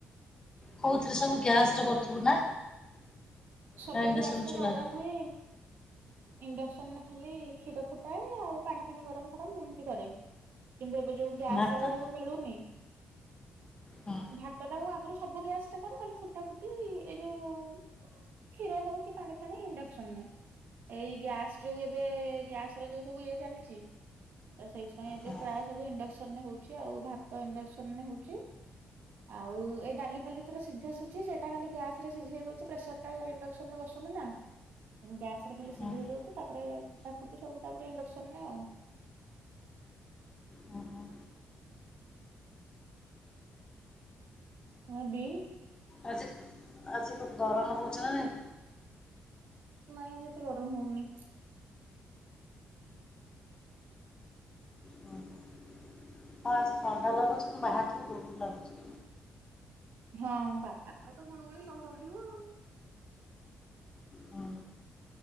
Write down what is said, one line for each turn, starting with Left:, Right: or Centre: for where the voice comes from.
Left: କଉଁଥିରେ ସବୁ ଗ୍ୟାସ୍ରେ କରୁଥିବୁ ନା?
Right: ସବୁ
Left: ନା ଇଣ୍ଡକ୍ସନ
Right: ଗ୍ୟାସ ରେ
Left: ଚୁଲାରେ
Right: କରା ହୁଏ। ଇଣ୍ଡକ୍ସନ ରେ ଖାଲି କ୍ଷୀର ଫୁଟାଏ ଆଉ ପାଣି ଫାଣି ଗରମ ଫରମ ଏମିତି କରେ। କିନ୍ତୁ ଏବେ ଯୋଉ ଗ୍ୟାସ୍
Left: ଭାତ
Right: ଆଉ ଯୋଉ ମିଳୁନି।
Left: ହଁ
Right: ଭାତ ଟା ମୁଁ ଆଗରୁ ସବୁ ଗ୍ୟାସ୍ ଟା କରେ ଖାଲି ଫୁଟା ଫୁଟି ଏଇ ଯୋଉ କ୍ଷୀର ହଉ କି ପାଣି ଫାାନ ଇଣ୍ଡକ୍ସନ ନେ ଏଇ ଗ୍ୟାସ ଯୋଉ ଏବେ ଗ୍ୟାସ ର ଯୋଉ ସବୁ ଇଏ ଚାଲିଛି। ତ ସେଇଥିପାଇଁ ଏବେ
Left: ହଁ
Right: ପ୍ରାୟ ସବୁ ଇଣ୍ଡକ୍ସନ ରେ ହଉଛି ଆଉ ଭାତ ଇଣ୍ଡକ୍ସନରେ ହଉଛି। ଆଉ ଏଇ ଡାଲି ଖାଲି ଥର ସିଝାସୁଛି ସେଟା ଖାଲି ଗ୍ୟାସ ରେ ସିଝେଇ ଦଉଛି ପ୍ରେସର ତା ଇଣ୍ଡକ୍ସନ ରେ ବଶୁନି ନା ଗ୍ୟାସ ରେ ଖାଲି ସିଝଇ
Left: ହଁ
Right: ଦଉଛି ତାପରେ ଫୁଟା ଫୁଟି ସବୁ ତାପରେ ଇଣ୍ଡକ୍ସନ ନେ ଆଉ
Left: ହଁ ହଁ
Right: ହଁ ବିଲ୍
Left: ଆଜି ଆଜି ଗରମ ହଉଛି ନାଇ
Right: ନାଇଁ ଯେତେ ଗରମ ହଉନି।
Left: ହଁ ହଁ। ହଁ ଆଜି ଥଣ୍ଡା ଲାଗୁଛି କି ବାହାର ବି ବହୁତ ଲାଗୁଛି।
Right: ହଁ ବାହାର ତା ତ ଗୁଳୁଗୁଳି ନ ରହିବ ଆଉ।
Left: ହୁଁ